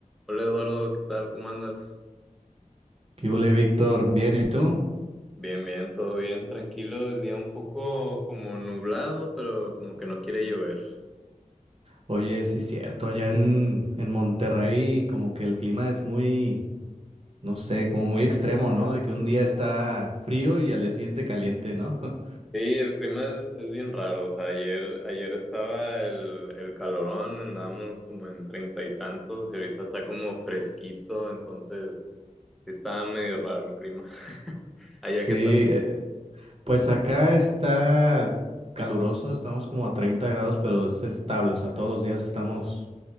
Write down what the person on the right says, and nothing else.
¿Qué hubo, Víctor? Bien, ¿y tú?
Oye, sí es cierto, allá en, en Monterrey como que el clima es muy, no sé, como muy extremo, ¿no? De que un día está frío y al día siguiente caliente, ¿no? <laughs>
Sí,
eh, pues acá está caluroso, estamos como a 30 grados, pero es estable, o sea, todos los días estamos